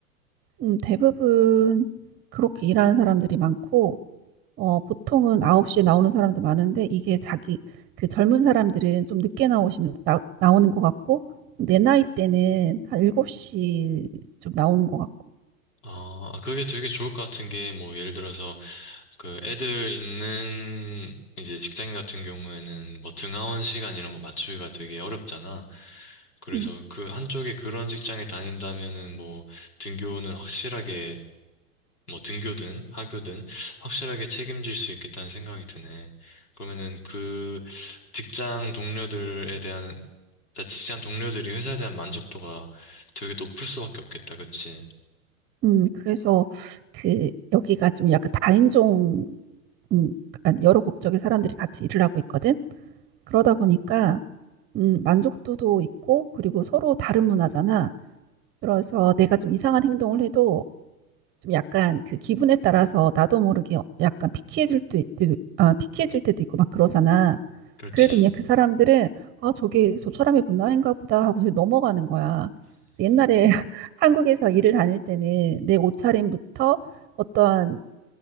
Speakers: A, on the right; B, on the left.
A: 음, 대부분 그렇게 일하는 사람들이 많고, 어, 보통은 9시에 나오는 사람도 많은데 이게 자기 그 젊은 사람들은 좀 늦게 나오시는 나, 나오는 것 같고 내 나이 때는 한 7시 좀 나오는 것 같고
B: 아, 그게 되게 좋을 것 같은 게, 뭐, 예를 들어서, 그 애들 있는 이제 직장인 같은 경우에는 뭐 등하원 시간 이런 거 맞추기가 되게 어렵잖아. 그래서
A: 음,
B: 그 한쪽에 그런 직장에 다닌다면은 뭐 등교는 확실하게 뭐 등교든 하교든 확실하게 책임질 수 있겠다는 생각이 드네. 그러면은 그 직장 동료들에 대한 직장 동료들이 회사에 대한 만족도가 되게 높을 수밖에 없겠다. 그치?
A: 음 그래서 그 여기가 좀 약간 다인종 음, 약간 여러 국적의 사람들이 같이 일을 하고 있거든 그러다 보니까 음, 만족도도 있고 그리고 서로 다른 문화잖아 그래서 내가 좀 이상한 행동을 해도 좀 약간 그 기분에 따라서 나도 모르게 약간 피키해질 때도, 있- 아, 피키해질 때도 있고 막 그러잖아.
B: 그렇지.
A: 그래도 그냥 그 사람들은 아, 저게 저 사람의 문화인가 보다 하고 서 넘어가는 거야. 옛날에 <laughs> 한국에서 일을 다닐 때는 내 옷차림부터 어떠한